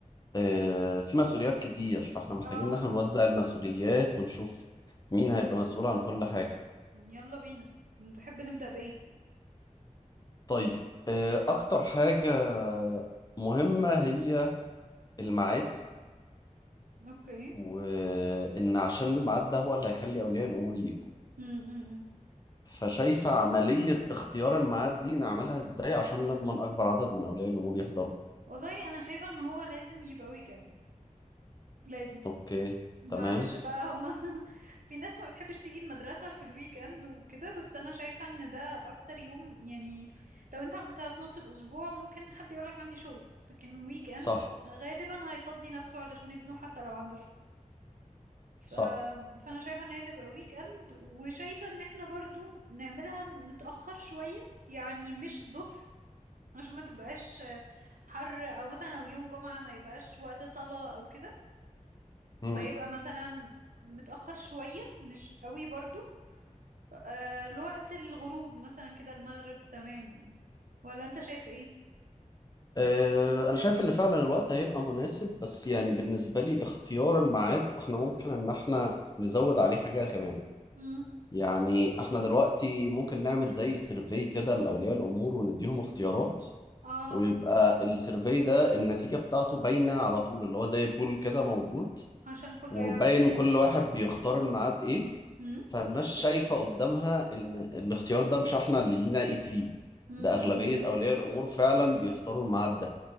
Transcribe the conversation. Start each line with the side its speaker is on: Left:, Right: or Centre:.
Left: آه، في مسؤوليات كتير فاحنا محتاجين
Right: اه
Left: ان احنا نوزع المسؤوليات ونشوف مين هيبقى مسؤول عن كل حاجة
Right: يلا بينا تحب نبدأ بإيه
Left: طيب آه، اكتر حاجة مهمة هي الميعاد
Right: اوكي
Left: وان عشان الميعاد ده هو اللي هيخلي اولياء الامور يجوا
Right: م -م -م.
Left: فشايفة عملية اختيار الميعاد دي نعملها ازاي عشان نضمن اكبر عدد من اولياء الامور يحضروا
Right: والله انا شايفه ان هو لازم يبقى ويكند لازم
Left: اوكي
Right: معلش
Left: تمام
Right: بقى هما <laughs> في ناس ما بتحبش تيجي المدرسه في الويك اند وكده بس انا شايفه ان ده اكتر يوم يعني لو انت عملتها في نص الاسبوع ممكن حد يقولك عندي شغل لكن ويك اند
Left: صح
Right: غالبا هيفضي نفسه علشان ابنه حتى لو عنده شغل ف...
Left: صح
Right: فانا شايفه ان هي تبقى ويك اند وشايفه ان احنا برضو نعملها متاخر شويه يعني مش الظهر عشان ما تبقاش حر او مثلا لو يوم جمعة ما يبقاش وقت صلاة او كده
Left: امم
Right: فيبقى مثلا متأخر شوية مش قوي برضو آه لوقت الغروب مثلا كده المغرب تمام يعني ولا انت شايف ايه
Left: آه، انا شايف ان فعلا الوقت هيبقى مناسب بس يعني بالنسبه لي اختيار الميعاد احنا ممكن ان احنا نزود عليه حاجه كمان
Right: امم
Left: يعني احنا دلوقتي ممكن نعمل زي سيرفي كده لاولياء الامور ونديهم اختيارات
Right: اه
Left: ويبقى السيرفي ده النتيجه بتاعته باينه على طول اللي هو زي بول كده موجود
Right: عشان كله
Left: وباين
Right: يعرف الم...
Left: كل واحد بيختار الميعاد ايه
Right: امم
Left: فالناس شايفه قدامها ان الاختيار ده مش احنا اللي لينا ايد فيه
Right: امم
Left: ده اغلبيه اولياء الامور فعلا بيختاروا الميعاد ده